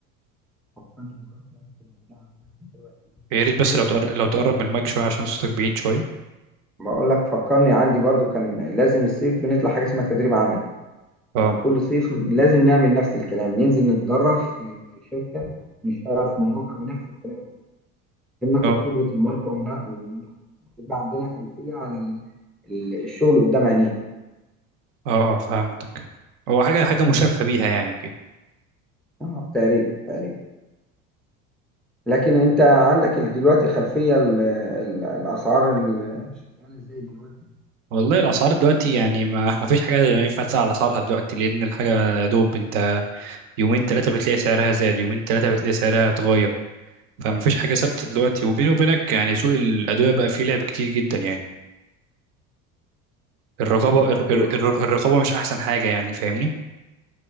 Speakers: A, in the centre; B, on the right (about 70°).
A: فكرني بالظبط نفس الموضوع عندنا في
B: يا ريت بس
A: الكلية.
B: لو تقرب لو تقرب من المايك شوية عشان صوتك بعيد شوية
A: بقول لك فكرني عندي برضو كان لازم الصيف بنطلع حاجة اسمها تدريب عملي
B: اه
A: كان كل صيف لازم نعمل نفس الكلام ننزل نتدرب في في شركة نشتغل في مواقع بنفس الطريقة بالظبط عشان ناخد
B: اه
A: خبرة الموقع ون- ون- ويبقى عندنا خلفية على ال- ال- الشغل قدام عينينا
B: اه آه، فهمتك هو حاجة حاجة مشابهة بيها يعني كده
A: اه تقريبا تقريبا لكن انت عندك ال- دلوقتي خلفية ال- ال- الأسعار ال- عاملة ازاي دلوقتي
B: والله الأسعار دلوقتي يعني ما <laughs> ما فيش حاجة ينفع تسأل على أسعارها دلوقتي لأن الحاجة يا دوب أنت يومين تلاتة بتلاقي سعرها زاد يومين تلاتة بتلاقي سعرها اتغير فما فيش حاجة ثابتة دلوقتي وبيني وبينك يعني سوق الأدوية بقى فيه لعب كتير جدا يعني الرقابة
A: ايوه بس
B: الر- الر- الر- الرقابة مش أحسن حاجة يعني فاهمني